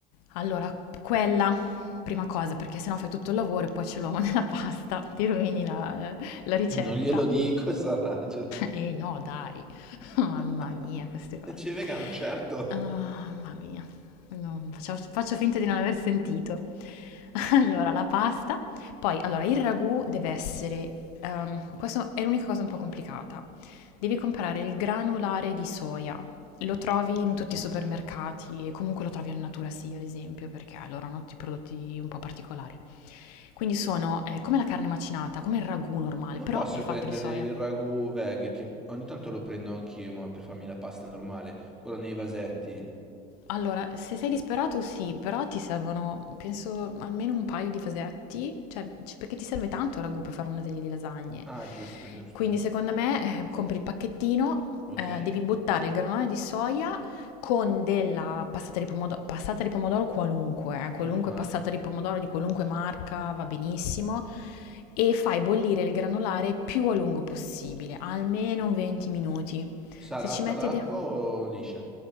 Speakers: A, on the left (about 80°); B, in the centre.
A: Allora, quella, prima cosa, perché sennò fai tutto il lavoro e poi c'è l'uomo <laughs> nella pasta, ti rovini la, la ricetta.
B: E non glielo dico,
A: <laughs>
B: Sarajevo.
A: E eh, no, dai, <laughs>
B: <laughs>
A: mamma mia, queste cose.
B: Dice vegano, certo.
A: Ah, mamma mia, Non- faccio, faccio finta di non aver sentito. <laughs> Allora, la pasta, poi allora, il ragù deve essere, ehm, questo è l'unica cosa un po' complicata, devi comprare il granulare di soia. Lo trovi in tutti i supermercati e comunque lo trovi al Natura sì, ad esempio, perché loro hanno tutti i prodotti un po' particolari. Quindi sono eh, come la carne macinata, come il ragù normale,
B: Non
A: però
B: posso
A: è fatto
B: prendere
A: di soia.
B: il ragù veg, che ogni tanto lo prendo anch'io, ma per farmi la pasta normale, quello nei vasetti.
A: Allora, se sei disperato sì, però ti servono, penso, almeno un paio di fasetti, cioè, c- perché ti serve tanto il ragù per fare una teglia di lasagne.
B: Ah, giusto, giusto,
A: Quindi
B: giusto.
A: secondo me eh, compri il pacchettino,
B: Ok,
A: eh, devi buttare il granulone di soia con della passata di pomodoro, passata di pomodoro qualunque, eh, qualunque
B: normale.
A: passata di pomodoro di qualunque marca va benissimo, e fai bollire il granulare più a lungo possibile, almeno 20 minuti.
B: Salata
A: Se ci metti...
B: l'acqua
A: De-
B: o liscia?